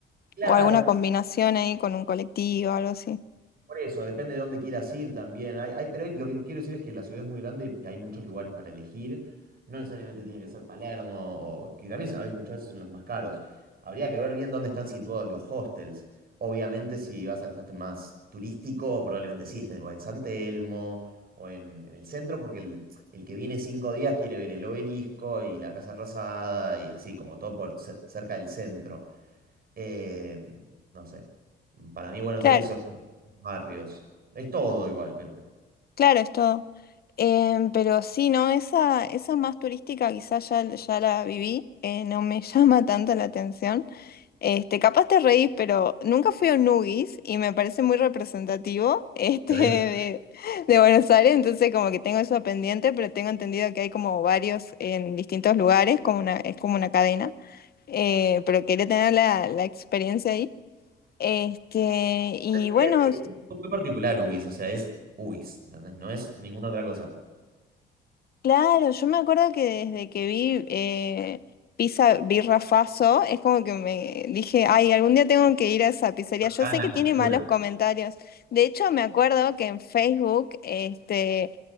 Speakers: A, on the right; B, on the left.
A: Claro,
B: o alguna combinación ahí con un colectivo algo así.
A: Por eso, depende de dónde quieras ir también. Hay, hay- pero hay- lo que quiero decir es que la ciudad es muy grande y hay muchos lugares para elegir. No necesariamente tiene que ser Palermo, o, que también a veces- muchas veces son los más caros. Habría que ver bien dónde están situados los hostels. Obviamente, si vas al hostel más turístico, probablemente sí estén o en San Telmo o en, en el centro, porque el, el que viene cinco días quiere ver el obelisco y la Casa Rosada y así, como todo por cer- cerca del centro. Eh, no sé. Para mí, Buenos
B: Claro.
A: Aires barrios. Es todo igual, pero...
B: Claro, es todo. Em, pero sí, no, esa, esa más turística quizás ya, ya la viví, eh, no me <laughs> llama tanto la atención. Este, capaz te reís, pero nunca fui a un Nugis y me parece muy representativo este,
A: pero
B: <laughs> de,
A: es,
B: de Buenos Aires, entonces como que tengo eso pendiente, pero tengo entendido que hay como varios en distintos lugares, como una, es como una cadena, eh, pero quería tener la, la experiencia ahí. Este, y
A: es-
B: bueno.
A: tiene tiene un gusto muy particular UBIS, o sea, es UBIS, ¿entendés? No es ninguna otra cosa.
B: Claro, yo me acuerdo que desde que vi eh, Pizza Birra Faso, es como que me dije, ay, algún día tengo que ir a esa pizzería. Yo
A: Está
B: sé
A: en la
B: que
A: cultura.
B: tiene malos comentarios. De hecho, me acuerdo que en Facebook, este,